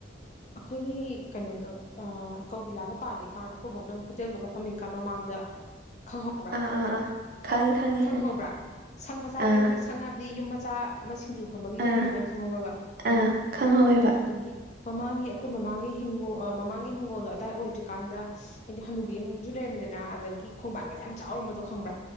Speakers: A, on the left; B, on the right.
A: ꯑꯩꯈꯣꯏꯒꯤ ꯀꯩꯅꯣꯗꯣ ꯀꯧꯕꯤꯂꯥꯒ ꯄꯥꯜꯂꯤꯀꯥꯟ ꯑꯩꯈꯣꯏꯕꯧꯅ ꯍꯣꯇꯦꯜꯐꯧꯒ ꯐꯝꯃꯤꯀ ꯃꯃꯥꯡ ꯃꯥꯡꯗ ꯈꯪꯍꯧꯕ꯭ꯔꯥ
B: ꯑꯥ ꯑꯥ ꯑꯥ ꯈꯪꯉꯤ ꯈꯪꯉꯤ
A: ꯈꯪꯍꯧꯕ꯭ꯔꯥ
B: ꯈꯪꯉꯤ
A: ꯁꯪ ꯃꯆꯥꯒ
B: ꯑꯥ
A: ꯂꯩꯕꯗ ꯁꯪ ꯍꯥꯏꯕꯗꯤ ꯌꯨꯝ ꯃꯆꯥ ꯑꯃ ꯁꯤꯡꯖꯨ ꯐꯝꯕꯒꯤꯒ
B: ꯑꯥ
A: ꯂꯩꯕ ꯅꯪ ꯈꯪꯍꯧꯔꯕ
B: ꯑꯥ ꯈꯪꯍꯧꯋꯦꯕ
A: ꯑꯗꯒꯤ ꯃꯃꯥꯡꯒꯤ ꯑꯩꯈꯣꯏ ꯃꯃꯥꯡꯒꯤ ꯍꯤꯡꯣꯜ ꯃꯃꯥꯡꯒꯤ ꯍꯤꯡꯒꯣꯜꯗꯣ ꯑꯗꯥꯏ ꯑꯣꯏꯗ꯭ꯔꯤꯀꯥꯟꯗ ꯍꯥꯏꯗꯤ ꯍꯅꯨꯕꯤ ꯑꯃꯁꯨ ꯂꯩꯔꯝꯃꯦ ꯍꯥꯏꯗꯅ ꯑꯗꯒꯤ ꯈꯣꯡꯕꯥꯟꯒꯅ ꯌꯥꯝ ꯆꯥꯎꯔꯝꯕꯗꯣ ꯈꯪꯕ꯭ꯔꯥ